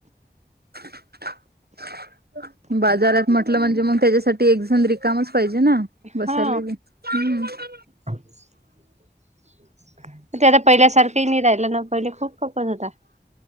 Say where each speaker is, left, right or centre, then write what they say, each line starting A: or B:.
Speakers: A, on the right; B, on the right.
A: <unintelligible> बाजारात म्हटलं म्हणजे मग त्याच्यासाठी एकजण रिकामच पाहिजे ना <unintelligible> बसल
B: हा
A: हम्म <unintelligible>
B: <unintelligible> ते आता पहिल्यासारखंही नाही राहिलं ना पहिले खूप खपत होता <unintelligible>